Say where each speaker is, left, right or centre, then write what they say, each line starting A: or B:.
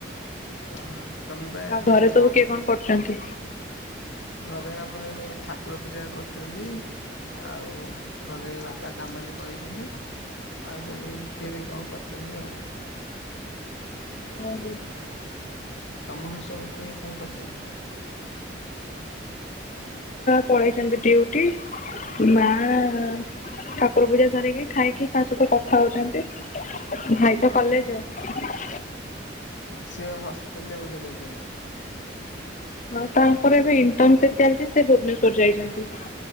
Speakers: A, on the left; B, on the left.
A: ଅ ହ ତମ ବା ଏ
B: ଆଉ
A: ଯୋଉ
B: ଘରେ ସବୁ
A: ଗମେଣ୍ଟ
B: କିଏ କଣ କରୁଛନ୍ତି?
A: ଘରେ ଆମର ଏବେ ଠାକୁର ପୂଜା କର ସେମତି ଆଉ ଥରେ ବାପା କାମରେ ପଳେଇଛନ୍ତି। ଆଉ ସବୁ ଉର୍କିରେ କଣ କରୁଛନ୍ତି ଆଉ।
B: <unintelligible>
A: ତମ ଘରେ ସବୁ କିଏ କଣ କରୁଚନ୍ତି?
B: ପଳେଇଚନ୍ତି ଡିଉଟି ମାଆ ଠାକୁର ପୂଜା ସାରିକି ଖାଇକି କାହା ସହିତ କଥା ହଉଚନ୍ତି ଭାଇ ତ କଲେଜ ଆଉ।
A: ସିଏ ହଷ୍ଟେଲରେ ବୋଧେ ରହୁଛନ୍ତି।
B: ହଁ ତାଙ୍କର ଏବେ ଇଣ୍ଟନସିପ ଚାଲିଛି ସେ ଭୁବନେଶ୍ୱର ଯାଇଛନ୍ତି।